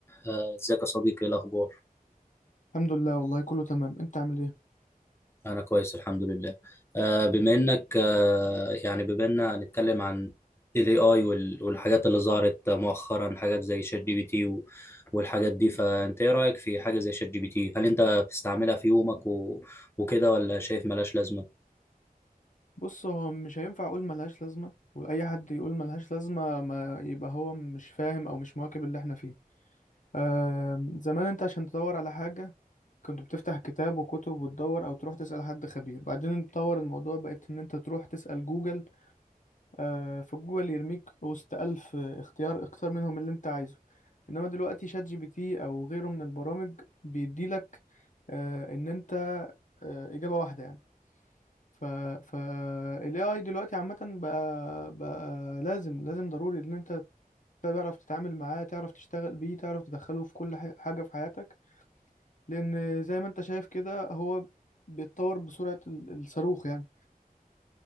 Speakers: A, on the left; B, on the left.
A: آه، ازيك يا صديقي ايه الاخبار
B: الحمد لله والله كله تمام انت عامل ايه
A: انا كويس الحمد لله آه، بما انك آه، يعني بما اننا هنتكلم عن الاي اي والحاجات اللي ظهرت مؤخرا حاجات زي شات جي بي تي و- والحاجات دي فانت ايه رايك في حاجه زي شات جي بي تي هل انت بتستعملها في يومك و- وكده ولا شايف ملاش لازمه
B: بص هو مش هينفع اقول ملهاش لازمه واي حد يقول ملهاش لازمه ما يبقى هو مش فاهم او مش مواكب اللي احنا فيه آه زمان انت عشان تدور على حاجه كنت بتفتح كتاب وكتب وتدور او تروح تسال حد خبير بعدين اتطور الموضوع بقيت ان انت تروح تسال جوجل آه فجوجل يرميك وسط الف اختيار اختار منهم اللي انت عايزه انما دلوقتي شات جي بي تي او غيره من البرامج بيديلك آه ان انت آه، إجابة واحدة يعني ف ف ال AI دلوقتي عامة بقى بقى لازم لازم ضروري ان انت تعرف تتعامل معاه تعرف تشتغل بيه تعرف تدخله في كل ح- حاجة في حياتك لان زي ما انت شايف كده هو بيتطور بسرعة ال- الصاروخ يعني